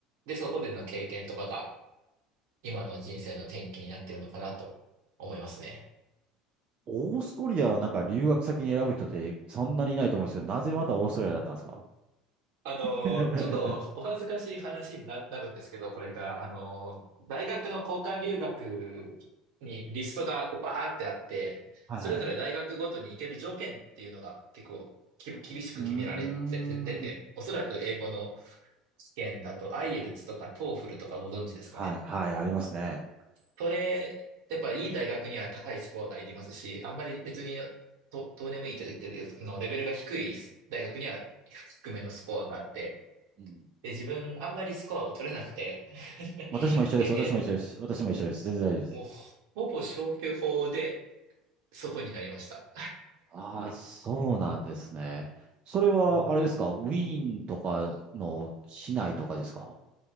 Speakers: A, on the right; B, on the right.
A: で、そこでの経験とかが、今の人生の転機になってるのかなと思いますね。
B: オーストリアはなんか留学先に選ぶ人ってそんなにいないと思うんですけど、なぜまたオーストリアだったんですか
A: あの、
B: <laughs>
A: ちょっとお恥ずかしい話にな、なるんですけど、これが、あの、大学の交換留学にリストがこうバーってあって、
B: はいはいはい。
A: それぞれ大学ごとに行ける条件っていうのが結構き厳しく決められててて、
B: うーん。
A: おそらく英語の試験だと IELTS とか TOEFL とかご存知ですかね。
B: はい、はい、ありますね。
A: それ、やっぱいい大学には高いスコアがいりますし、あんまり別にとどうでもいいと言ってるよあの、レベルが低い大学には低めのスコアがあって、
B: うん。
A: で、自分あんまりスコアを取れなくて、<laughs>
B: 私も一緒です。
A: で、
B: 私も一緒です。
A: え、
B: 私も一緒です。全然大丈夫です。
A: もうほぼ消去法でそこになりました。
B: ああ、そうなんですね。それは、
A: うん
B: あれですかウィーンとかの市内とかですか